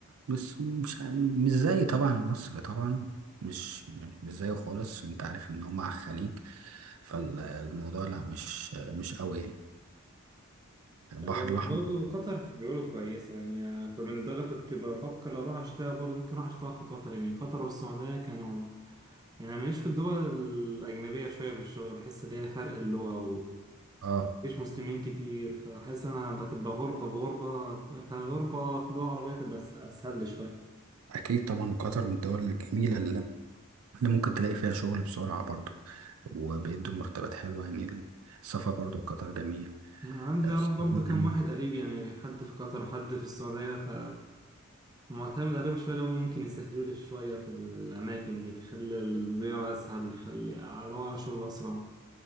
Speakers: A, on the right; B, on the right.
A: بس مش مش زي طبعا مصر طبعا مش مش زيه خالص أنت عارف إن هما على الخليج فالموضوع لا مش مش قوي يعني. البحر
B: هي بس
A: الأحمر
B: برضه قطر بيقولوا كويسة يعني كنت- من الدولة كنت بفكر لو أروح أشتغل برضه ممكن أروح أشتغل في قطر يعني قطر والسعودية كانوا يعني أنا ماليش في الدول الأجنبية شوية في الشغل بحس إن هي فرق اللغة
A: اه
B: مفيش مسلمين كتير فحاسس انا بتبقى غربة بغربة فغربة في دول عربية تبقى أس- اسهل لي شوية
A: أكيد طبعا قطر من الدول الجميلة اللي اللي ممكن تلاقي فيها شغل بسرعة برضو وبيدوا مرتبات حلوة يعني السفر برضو لقطر جميل
B: عندي
A: بس
B: عرض برضه كام
A: يعني
B: واحد قريب يعني حد في قطر وحد في السعودية ف معتمد عليهم شوية اللي هم ممكن يسهلوا لي شوية في الأماكن دي تخلي الزيارة أسهل يخلي أدور على شغل أسرع